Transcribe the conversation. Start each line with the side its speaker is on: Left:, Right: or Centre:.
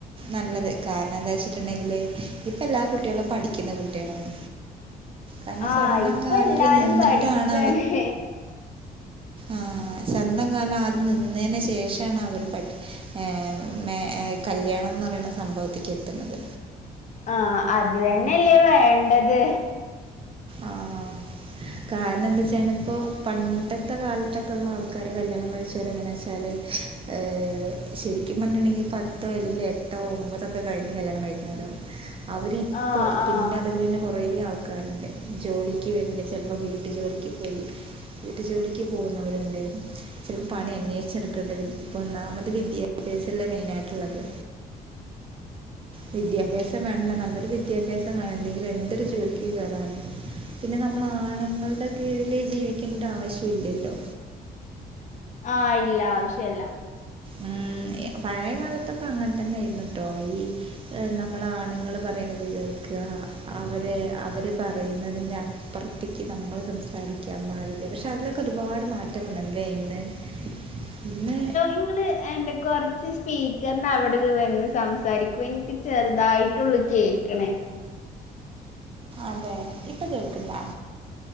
Right: നല്ലത് കാരണം എന്താ വെച്ചിട്ടുണ്ടെങ്കില് ഇപ്പൊ എല്ലാ കുട്ടികളും പഠിക്കുന്ന കുട്ടികളാണ്. കാരണം
Left: ആഹ്
Right: സ്വന്തം
Left: ഇപ്പൊ
Right: കാലിൽ
Left: എല്ലാരും
Right: നിന്നിട്ടാണ്
Left: പഠിക്കാണേ
Right: ആഹ് സ്വന്തം കാലിൽ ആദ്യം നിന്നേന് ശേഷാണ് അവര് പഠി ഏ മേ എ കല്യാണംന്ന് പറയണ സംഭവത്തിക്ക് എത്തുന്ന്ണ്ട്
Left: ആഹ് അത് തന്നെയല്ലേ വേണ്ടത്
Right: ആഹ് കാരണം എന്താച്ചഞ്ഞാ ഇപ്പൊ പണ്ടത്തെ കാലത്തൊക്കെള്ള ആൾക്കാര് കല്യാണം കഴിച്ചവരെ എങ്ങനെ വെച്ചാല് ഏ ശരിക്കും പറഞ്ഞ്ട്ടുണ്ടെങ്കി പത്തോ അല്ലെങ്കില് എട്ടോ ഒമ്പതോക്കെ കഴിഞ്ഞ് കല്യാണം കഴിക്കുന്നവരോ അവരിപ്പോ
Left: ആ
Right: ഇപ്പം
Left: ആ
Right: ഇന്റെ അറിവില്ന്നെ കുറേ ആൾക്കാരുണ്ട് ജോലിക്ക് വേണ്ടി ചെലപ്പോ വീട്ടു ജോലിക്ക് പോയി വീട്ടു ജോലിക്ക് പോകുന്നവരൊണ്ട് ചിലര് പണി അന്വേഷിച്ചെടുക്കണ്ട് വി ഇപ്പ ഒന്നാമത് വിദ്യാഭ്യാസല്ലെ മെയ്നായിട്ടുള്ളത്. വിദ്യാഭ്യാസം വേണ്ല്ലോ നല്ലൊരു വിദ്യാഭ്യാസം വേണം എന്തെങ്കിലും എന്തൊരു ജോലിക്ക് കേറാനും പിന്നെ നമ്മള് ആണ്ങ്ങൾടെ കീഴില് ജീവിക്കെണ്ട ആവശ്യം ഇല്ലല്ലോ
Left: ആഹ് ഇല്ല ആവശ്യല്ല.
Right: ഉം എ പഴയ കാലത്തൊക്കെ അങ്ങനെ തന്നേയിരുന്നു ട്ടോ ഈ നമ്മളാണുങ്ങള് പറയുന്നത് കേൾക്കുക അവര് അവര് പറയുന്നതിന്റെ അ പ്പറത്തേക്ക് നമ്മള് സംസാരിക്കാൻ പാടില്ല പക്ഷെ അതിലൊക്ക ഒരുപാട് മാറ്റം വന്നിണ്ട്ല്ലേ ഇന്ന് പിന്നെ
Left: ഇങ്ങള് എന്റെ കൊറച്ച് സ്‌ സ്പീക്കറിനവിടരെ വന്ന് സംസാരിക്കു എനിക്ക് ചെറുതായിട്ടുള്ളു കേക്കണേ
Right: അതെ ഇപ്പൊ കേൾക്കൺണ്ടാ